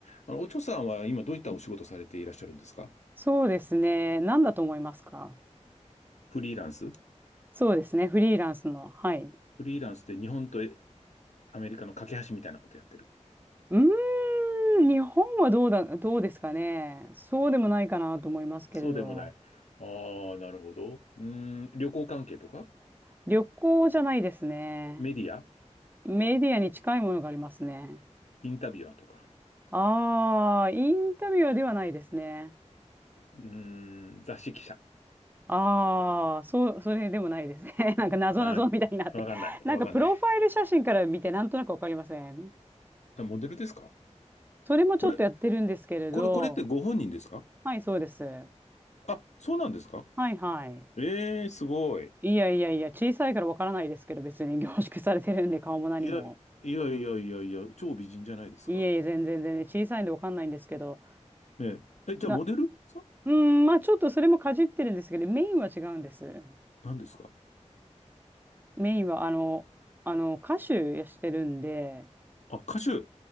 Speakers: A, on the left; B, on the right.
A: あの、おちょさんは今どういったお仕事されていらっしゃるんですか
B: そうですね。何だと思いますか
A: フリーランス
B: そうですね。フリーランスの。はい。
A: フリーランスって日本とえアメリカの架け橋みたいなことやってる。
B: うーん、日本はどうだ、どうですかね。そうでもないかなと思いますけれど。
A: うん。そうでもない。ああ、なるほど。うーん、旅行関係とか
B: 旅行じゃないですね。
A: メディア
B: メディアに近いものがありますね。
A: インタビュアーとか
B: ああ、インタビュアーではないですね。
A: うーん、雑誌記者
B: ああ、そう、それでもないですね。<laughs> なんか謎々みたいになって。
A: あー、わかんない。
B: なんかプロファイル写真から見てなんとなくわかりません。
A: わかんない。あモデルですか
B: それもちょっとやってるんですけれど。
A: これ、これ、これってご本人ですか
B: はい、そうです。は
A: あ、そうなんですか
B: い、はい。
A: ええー、すごい。
B: いやいやいや、小さいからわからないですけど、別に <laughs> 凝縮されてるんで、顔も何も。
A: いや、いやいやいやいや、超美人じゃないですか。
B: いえいえ、全然全然、小さいんでわかんないんですけど、
A: ええ。え、じゃあモデルさん
B: な、うん、まあちょっとそれもかじってるんですけど、メインは違うんです。
A: なんですか
B: メインは、あの、あの、歌手してるんで、
A: あ、歌手。